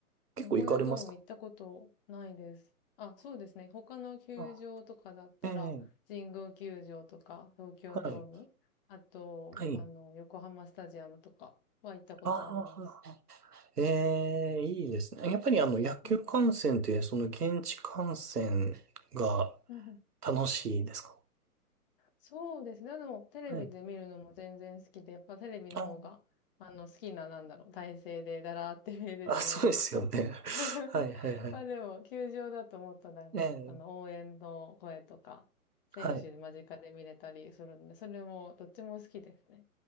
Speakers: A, on the right; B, on the left.
A: 結構行かれますか
B: 名古屋ドーム行ったことないです。あ、そうですね。他の球場とかだったら、
A: あ、あええ
B: 神宮球場とか、東京ドーム、
A: はい。
B: あと、
A: はい。
B: あの、横浜スタジアムとかは行ったことあります。
A: ああ、ええ、いいですね。やっぱりあの野球観戦って、
B: うん。
A: その現地観戦が
B: うんうん
A: 楽しいですか
B: そうですね。でも、テレビで見るのも全然好きで、
A: はい。
B: やっぱテレビの方が、
A: あ、
B: あの、好きな、なんだろう、体勢でだらーって見れるじゃないですか。
A: あ、そうですよね。
B: <laughs>
A: <laughs> はいはいはい。
B: まあでも、球場だともっとなんか、
A: ええ、
B: あの、応援の声とか、選手間近で見れたりするので、
A: はい。
B: それも、どっちも好きですね。